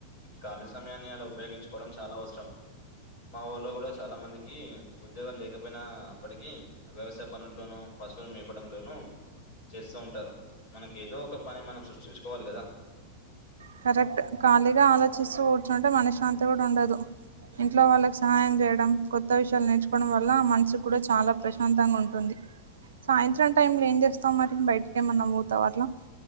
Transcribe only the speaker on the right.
కరెక్ట్ ఖాళీగా ఆలోచిస్తూ కూర్చుంటే మనశ్శాంతి కూడా ఉండదు ఇంట్లో వాళ్ళకి సహాయం చేయడం కొత్త విషయాలు నేర్చుకోవడం వల్ల మనసు కూడా చాలా ప్రశాంతంగా ఉంటుంది సాయంత్రం టైమ్ లో ఏం చేస్తావు మరి బయటకి ఏమన్నానా పోతావ అట్లా